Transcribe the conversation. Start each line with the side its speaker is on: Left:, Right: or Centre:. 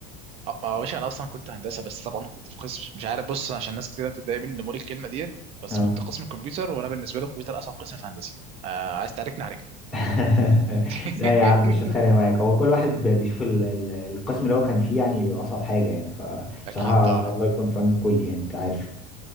Right: اه آه، يا باشا انا اصلا كنت هندسة بس طبعا كنت في قسم مش عارف بص عشان ناس كتير بتتضايق مني لما اقول الكلمة ديت بس
Centre: اه
Right: كنت قسم كمبيوتر وانا بالنسبة لي الكمبيوتر اصعب قسم في هندسة آه عايز تعاركني عليك
Centre: <laughs>
Right: <laughs>
Centre: لا يا عم مش هتخانق معاك هو كل واحد ب- بيشوف ال- ال- القسم اللي هو كان فيه يعني بيبقى اصعب حاجه يعني فبصراحه
Right: اكيد طبعا
Centre: الله يكون في عون الكل يعني انت عارف